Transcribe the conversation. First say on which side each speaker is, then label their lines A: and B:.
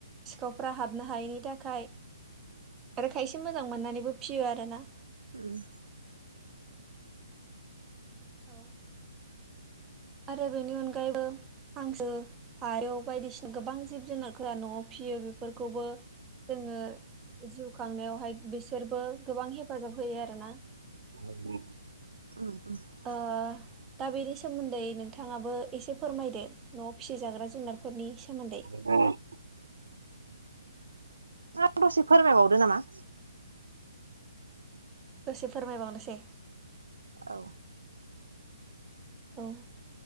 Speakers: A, on the right; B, on the right.
A: सिखावफ हाबनो हायैनि थाखाय आरो खायसे मोजां मोननानैबो फियो आरो ना।
B: उम
A: औ आरो बेनि अनगायैबो हांसो फारौ बायदिसिना गोबां जिब जुनारफोरा न'आव फिसियो बेफोरखौबो जोङो जिउ खांनायावहाय बिसोरबो गोबां हेफाजाब होयो आरोना।
B: उम उम
A: ओ दा बेनि सोमोन्दै नोंथाङाबो एसे फोरमायदो न'आव फिसिजाग्रा जुनारफोरनि सोमोन्दै।
B: <unintelligible> आं दसे फोरमायबावदो नामा?
A: दसे फोरमायबावनोसै।
B: औ
A: औ